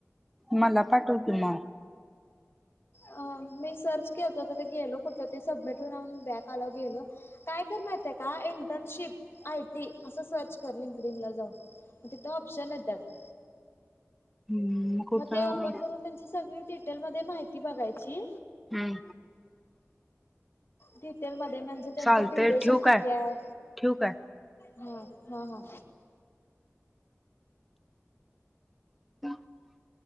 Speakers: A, in the centre; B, on the left.
A: मला पाठव की म
B: अ मी सर्च केलत ते गेल कुठं ते सबमिट होइना बॅक मी सर्च केलतो आता गेल कुट ते सबमिटेड बँक आल्यावर गेल काय कर माहितेय का इंटर्नशिप आय टी असं सर्च कर लिंकडनला जाऊन मग तिथे ऑप्शन येत्यात
A: हम्म कुठं
B: मग ते ओपन करून त्यांची सगळी डिटेल डिटेलमध्ये माहिती बघायची
A: हम्म
B: डिटेल मध्ये म्हणजे त्यांचा
A: चालतंय
B: ड्युरेशन
A: ठेवू
B: किती
A: काय
B: आहे
A: ठेवू काय
B: हा हा हां
A: <inaudible>